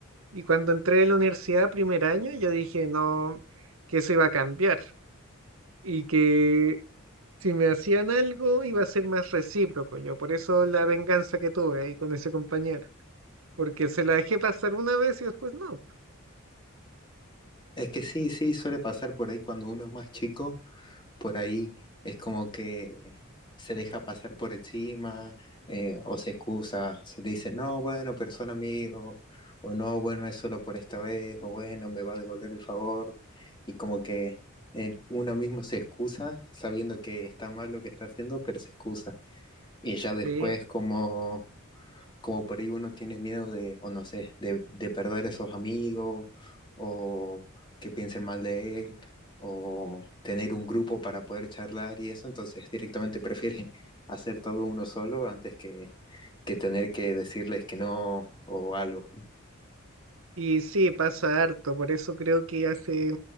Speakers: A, on the right (about 70°); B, on the left (about 20°).
A: Y cuando entré a la universidad primer año, yo dije, no, que eso iba a cambiar y que si me hacían algo, iba a ser más recíproco yo. Por eso la venganza que tuve ahí con ese compañero. Porque se la dejé pasar una vez y después no.
B: Es que sí, sí, suele pasar por ahí cuando uno es más chico, por ahí es como que se deja pasar por encima eh, o se excusa, se dice, no, bueno, pero son amigos, o no, bueno, es solo por esta vez, o bueno, me va a devolver el favor, y como que eh, uno mismo se excusa sabiendo que está mal lo que está haciendo, pero se excusa. Y ya después
A: Sí.
B: como, como por ahí uno tiene miedo de, o no sé, de, de perder esos amigos, o que piensen mal de él, o tener un grupo para poder charlar y eso, entonces directamente <laughs> prefiere hacer todo uno solo antes que, que tener que decirles que no o algo.
A: Y sí, pasa harto. Por eso creo que hace